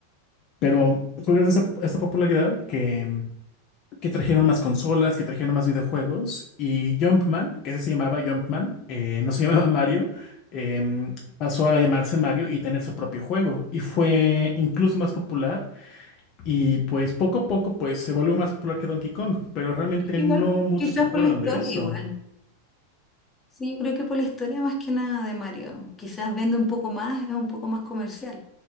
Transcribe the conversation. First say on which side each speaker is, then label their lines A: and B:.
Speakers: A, on the left; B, on the left.
A: pero fue gracias a esa popularidad que que trajeron más consolas, que trajeron más videojuegos y Jumpman, que ese se llamaba Jumpman, eh, no se <laughs> llamaba Mario, em, pasó a llamarse Mario y tener su propio juego y fue incluso más popular y pues poco a poco pues se volvió más popular que Donkey Kong, pero realmente
B: Es que
A: no
B: igual,
A: muchos
B: quizás
A: se acuerdan
B: por la historia
A: de eso.
B: igual. Sí, yo creo que por la historia más que nada de Mario. Quizás vende un poco más, es un poco más comercial